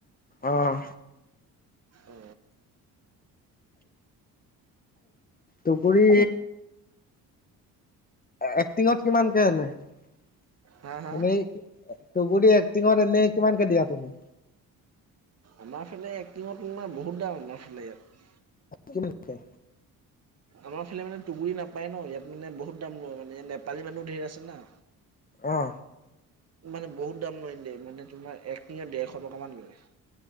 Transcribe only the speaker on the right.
অ
হা হা
আমাৰ ফালে এক টিঙত তোমাৰ বহুত দাম আমাৰ ফালে ইয়াত।
আমাৰ ফালে মানে তুগুৰি নাপায় ন। ইয়াত মানে বহুত দাম লয়, মানে নেপালী মানুহ ধেইৰ আছে না।
মানে বহুত দাম লৈন দেই, মানে তোমাৰ এক টিঙত ডেৰশ টকামান লয়।